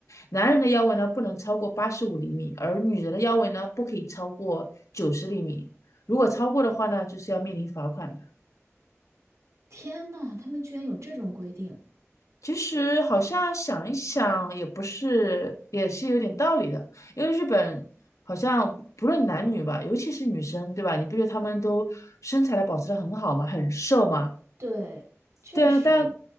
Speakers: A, on the left; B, on the right.
A: 男人的腰围呢不能超过八十五厘米，而女人的腰围呢不可以超过九十厘米。如果超过的话呢，就是要面临罚款的。
B: 天呐，他们居然有这种规定。
A: 其实好像想一想，也不是，也是有点道理的。因为日本好像不论男女吧，尤其是女生，对吧？你不觉得他们都身材的保持得很好吗？很瘦吗？
B: 对，确实，
A: 对啊，但